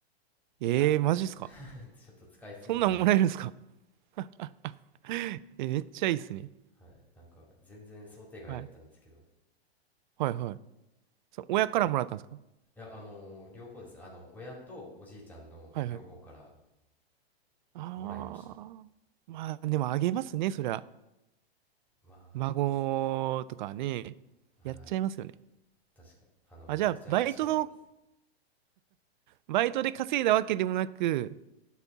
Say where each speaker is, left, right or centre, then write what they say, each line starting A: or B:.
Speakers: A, on the right; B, in the centre.
A: ええー、
B: なんか
A: マジっすか
B: <laughs> ちょっと使いすぎちゃいました。
A: そんなんもらえるんですか <laughs> え、めっちゃいいっすね。
B: はい、なんか全然想定外だったんですけど。
A: はい。はいはい。そう、親からもらったんですか
B: いや、あのー両方ですね。あの、親とおじいちゃんの両方から
A: はいはい。ああ。
B: もらいました。
A: まあ、でもあげますね、そりゃ。
B: ま
A: 孫とかね。
B: あ、
A: やっちゃいますよね。
B: はい、確か、あの、
A: あ、
B: めちゃくちゃ嬉しかったです。
A: じゃあ、バイトのバイトで稼いだわけでもなく、